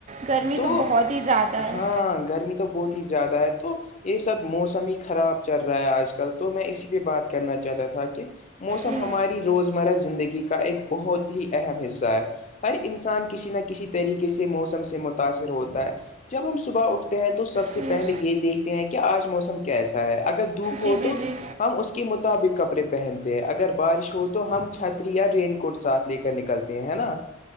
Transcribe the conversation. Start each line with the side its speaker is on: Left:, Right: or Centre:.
Right: گرمی
Left: تو
Right: بہت ہی زیادہ ہے
Left: ہاں گرمی تو بہت زیادہ ہے تو یہ سب موسم ہی خراب چل رہا ہے آج کل تو میں اسی پہ بات کر کرنا چاہتا تھا کہ موسم
Right: جی
Left: ہماری روزمرہ ز زندگی کا ایک بہت ہی اہم حصہ ہے ہر انسان کسی نہ کسی طریقے سے موسم سے متاثر ہوتا ہے جب ہم صبح اٹھتے ہیں تو سب سے
Right: جی جی
Left: پہلے یہ دیکھتے ہیں کہ کہ آج موسم کیسا ہے اگر دھوپ ہو
Right: جی جی
Left: تو
Right: جی
Left: ہم اس کے مطابق کپڑے پہنتے ہیں اگر بارش ہو تو ہم چھتری یا رین کوٹ ساتھ لے کر نکل نکلتے ہیں ہے نا